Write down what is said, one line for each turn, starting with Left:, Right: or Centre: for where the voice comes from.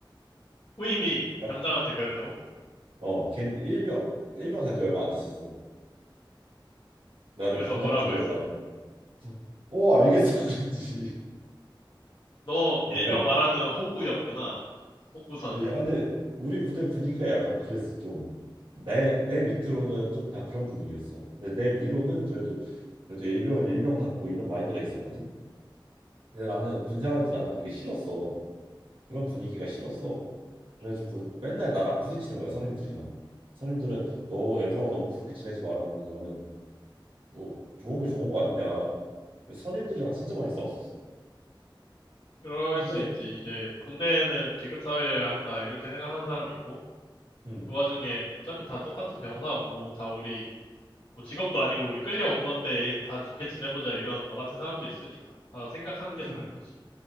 Left: 후임이
Right: 나,
Left: 병장한테 그랬다고?
Right: 어, 걘 일병 일병 단지 얼마 안 됐었어. 나는
Left: 그래서
Right: 병장
Left: 뭐라고
Right: 단지
Left: 했어?
Right: 얼마 안 됐고. 그래서 어 알겠어 <laughs> 그랬지.
Left: 너 일명
Right: 약간
Left: 말하는 호구였구나. 호구선임.
Right: 그 야, 근데 우리 부대 분위기가 약간 그랬어 좀 내 내 밑으로는 좀 다 그런 분위기였어 근데 내 위로는 그래도 그래도 일병은 일병답고 이런 마인드가 있었거든 근데 나는 군 생활할 때 나는 그게 싫었어 그런 분위기가 싫었어 그래가지고 맨날 나랑 부딪히는 거야 선임들이랑 선임들은 너 애들하고 너무 그렇게 지내지 마라 하면 나는 뭐 좋은 게 좋은 거 아니냐 선임들이랑 진짜 많이 싸웠었어
Left: 그럴
Right: 근데
Left: 수 있지. 이제 군대는 계급 사회여야 한다 이렇게 생각하는 사람이 있고
Right: 음
Left: 그 와중에 어차피 다 똑같은 병사고 다 우리 뭐 직업도 아니고 우리 끌려온 건데 다 좋게 지내보자 이런 너 같은 사람도 있으니까 다 생각하는 게
Right: 그래서
Left: 다른 거지.